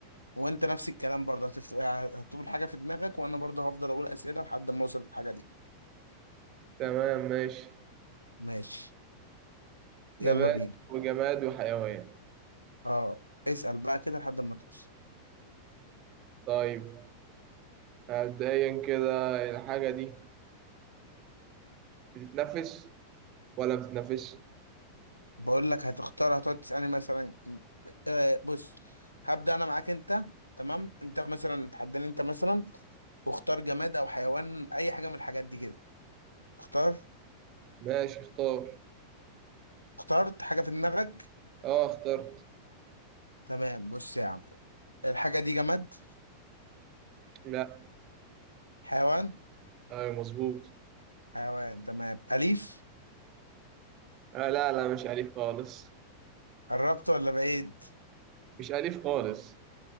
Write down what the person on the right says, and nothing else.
تمام ماشي
نبات
وجماد وحيوان
طيب مبدئيا كده الحاجة دي بتتنفس ولا بتتنفس
ماشي اختار
اه اخترت
لا
ايوه مظبوط
آه لا لا مش أليف خالص
مش أليف خالص